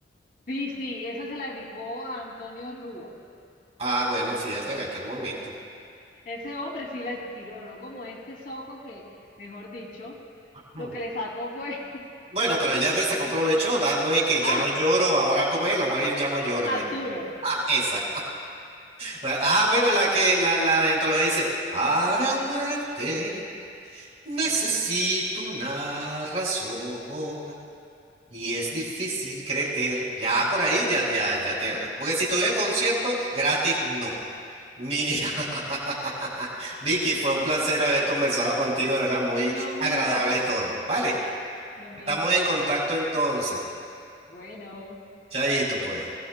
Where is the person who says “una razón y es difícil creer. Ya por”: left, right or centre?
Right